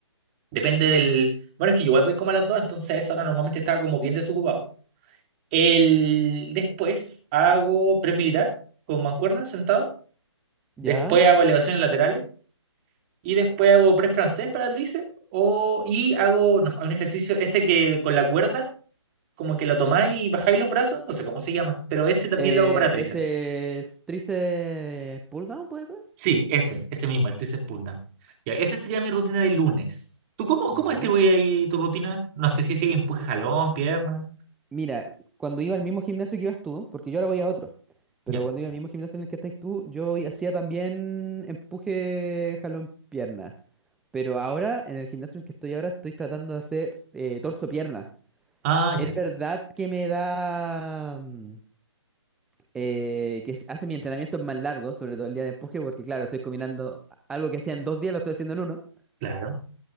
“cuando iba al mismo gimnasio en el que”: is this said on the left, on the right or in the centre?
Centre